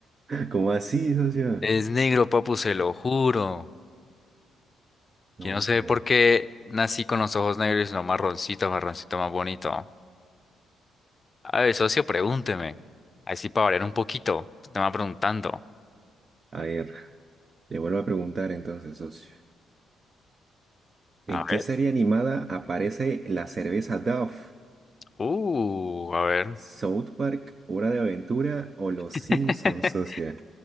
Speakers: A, on the right; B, on the left.
A: ¿Cómo así, socio?
B: Es negro, papu, se lo juro.
A: No,
B: Yo no sé
A: no.
B: por qué nací con los ojos negros y no marroncito, marroncito más bonito. A ver, socio, pregúnteme. Así para variar un poquito. Usted me va preguntando.
A: A ver, le vuelvo a preguntar entonces, socio. ¿En
B: A
A: qué
B: ver.
A: serie animada aparece la cerveza Dove?
B: Uh, a ver.
A: ¿South Park, Hora de Aventura o Los
B: <laughs>
A: Simpsons, socio?